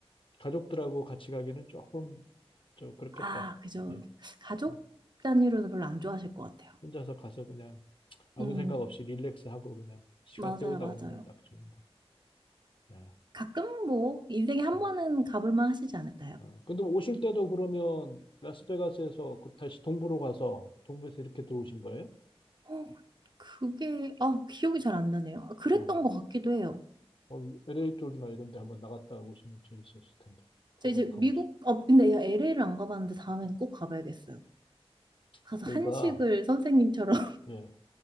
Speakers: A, on the left; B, on the right.
A: 가족들하고 같이 가기는 조금 저 그렇겠다.
B: 아, 그죠.
A: 예.
B: 가족
A: 예.
B: 단위로는 별로 안 좋아하실 것 같아요.
A: 혼자서 가서 그냥 아무
B: 음,
A: 생각 없이 릴렉스하고 그냥 시간
B: 맞아요,
A: 때우다
B: 맞아요.
A: 오는 건 딱 좋은데. 야.
B: 가끔 뭐 인생에 한
A: 음.
B: 번은 가볼 만 하시지 않을까요?
A: 어. 근데 오실 때도 그러면 라스베가스에서 그 다시 동부로 가서 동부에서 이렇게 들어오신 거예요?
B: 어, 그게 아, 기억이 잘 안 나네요. 아, 그랬던
A: 아,
B: 것 같기도 해요.
A: 어, LA 쪽이나 이런 데 한번 나갔다 오시면 재밌었을 텐데. 거기
B: 제가
A: 한번
B: 이제 미국
A: 가보시죠.
B: 어 근데 LA를 안 가봤는데 다음에는 꼭 가봐야겠어요. 가서
A: LA가,
B: 한식을 선생님처럼.
A: 예,